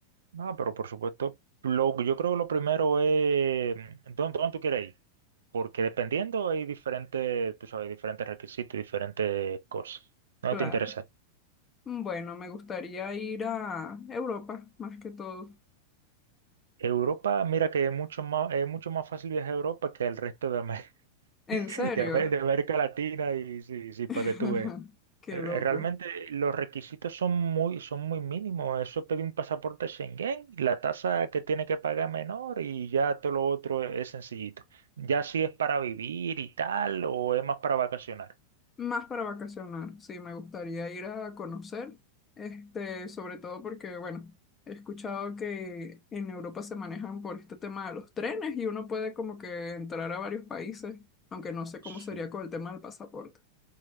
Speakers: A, on the right; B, on the left.
A: No, pero por supuesto, lo, yo creo que lo primero es, ¿dónde, dónde tú quieres ir? Porque dependiendo hay diferentes, tú sabes, diferentes requisitos y diferentes cosas. No
B: Claro.
A: te interesa.
B: Bueno, me gustaría ir a Europa, más que todo.
A: Europa, mira que es mucho más, es mucho más fácil viajar a Europa que el resto de, Amé-
B: ¿En
A: <laughs>
B: serio?
A: de Amé- de América Latina y sí, sí, para
B: <laughs>
A: que tú veas.
B: Qué
A: Re-
B: loco.
A: Realmente los requisitos son muy, son muy mínimos. Eso pedí un pasaporte Schengen, la tasa que tiene que pagar es menor y ya todo lo otro es, sencillito. Ya si es para vivir y tal, o es más para vacacionar.
B: Más para vacacionar, sí, me gustaría ir a conocer, este, sobre todo porque, bueno, he escuchado que en Europa se manejan por este tema de los trenes y uno puede como que entrar a varios países, aunque no sé cómo
A: Sí.
B: sería con el tema del pasaporte.